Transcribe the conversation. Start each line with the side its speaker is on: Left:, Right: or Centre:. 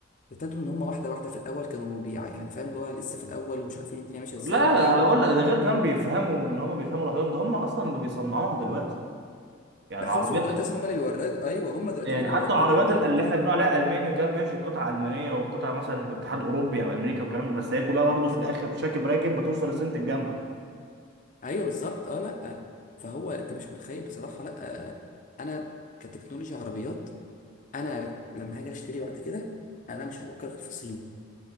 Left: ابتدوا ان هم واحده واحده في الاول كانوا بيع يعني فاهم اللي هو لسه في الاول ومش عارفين الدنيا ماشيه ازاي
Right: لا
Left: وبتاع
Right: هقول لك ده غير كمان بيفهموا ان هم بيفهموا لوحدهم ده هم اصلا اللي بيصنعوها دلوقتي يعني
Left: لا
Right: العربيات
Left: خلاص هم دلوقتي اصلا هم اللي بيوردوا ايوه هم دلوقتي
Right: يعني
Left: اللي بيوردني
Right: حتى العربيات
Left: بي- بيدوا
Right: اللي احنا بنقول عليها الماني وكده ماشي قطع المانيه وقطع مثلا في اتحاد اوروبي او امريكا والكلام ده بس هي كلها برضه في الاخر شاكب راكب بتوصل الصين تتجمع
Left: ايوه بالظبط اه لا فهو انت مش متخيل بصراحه لا انا كتكنولوجيا عربيات انا لما هاجي اشتري بعد كده انا مش هفكر غير في الصيني